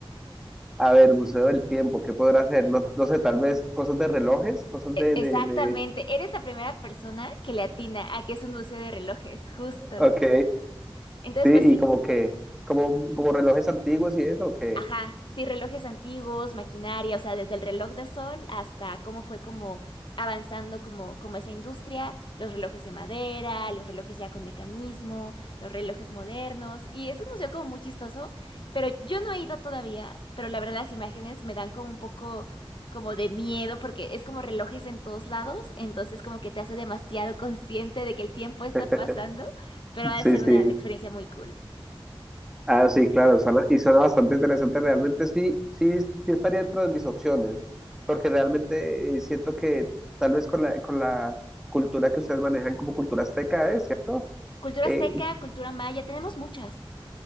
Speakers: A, in the centre; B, on the left.
A: A ver, Museo del Tiempo, ¿qué podrá hacer? No, no sé, tal vez cosas de relojes, cosas
B: E-
A: de,
B: Exactamente,
A: de, de...
B: eres la primera persona que le atina a que es un museo de relojes, justo.
A: Ok,
B: Entonces,
A: sí,
B: pues
A: y
B: sí,
A: como que, como, como relojes antiguos y eso, que...
B: Ajá, sí, relojes antiguos, maquinaria, o sea, desde el reloj de sol hasta cómo fue como avanzando como, como esa industria, los relojes de madera, los relojes ya con mecanismo, los relojes modernos, y es un museo como muy chistoso, pero yo no he ido todavía, pero la verdad las imágenes me dan como un poco como de miedo porque es como relojes en todos lados, entonces como que te hace demasiado consciente de que el tiempo está
A: <laughs>
B: pasando, pero ha
A: Sí,
B: de ser
A: sí.
B: una experiencia muy cool.
A: Ah, sí, claro, suena, y suena bastante interesante. Realmente sí, sí, sí estaría dentro de mis opciones, porque realmente eh, siento que tal vez con la, con la cultura que ustedes manejan como cultura azteca, ¿eh? ¿Cierto?
B: Cultura
A: Eh,
B: azteca, cultura maya, tenemos muchas.